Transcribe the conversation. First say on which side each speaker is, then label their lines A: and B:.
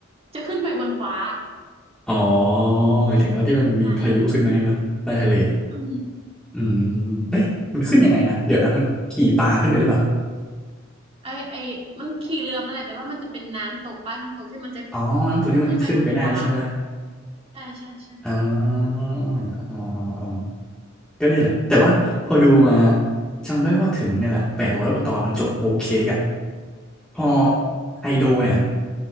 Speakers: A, on the right; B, in the centre.
A: จะขึ้นไปบนฟ้า
B: อ๋อหมายถึงว่าที่มันมีพายุขึ้นไหมาให้มาใต้ทะเล
A: อ่ะอืม
B: อืมเอ๊ะมันขึ้นยังไงนะ เดี๋ยวนะมันขี่ปลาขึ้นไปหรือเปล่า
A: ไอไอมันขี่เรือมาแหละแต่ว่ามันจะเป็นน้ำตกป้าน้ำตกที่มันจะ
B: อ๋อน้ำตัวที่มันขึ้นไปได้ใช่ป่ะ
A: พุ่งขึ้นไปบนฟ้าใช่ใช่ใช่
B: อ๋ออ๋ออ๋ออ๋อก็นี่แหละแต่ว่าพอดูมาจำได้ว่าถึงเนี่ยแหละแปดร้อยกว่าตอนมันจบโฮลเค้กอ่ะพอไฮโดเนี่ย